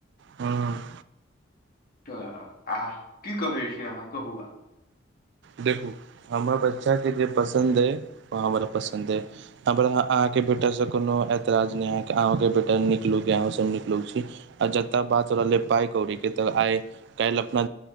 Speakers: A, on the right; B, on the left.
A: हंअ।
B: तऽ आह की कहै छी अहाँ कहू आब।
A: देखू हमरा बच्चाके जे पसन्द अइ ओ हमरा पसन्द अइ। हमरा अहाँके बेटासँ कोनो एतराज नै, अहूंके बेटा निक लोक यऽ अहूँ सभ निक लोक छी। अच्छा तब बात रहलै पाइ- कोड़ी के। एक त आय काल्हि अपना